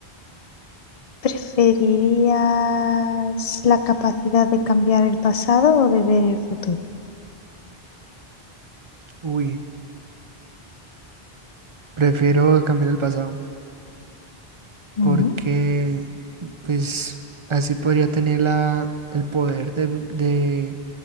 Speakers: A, on the left; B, on the right.
A: ¿preferirías la capacidad de cambiar el pasado o de ver el futuro?
B: Uy, prefiero cambiar el pasado
A: Ujú.
B: porque pues así podría tener la, el poder de, de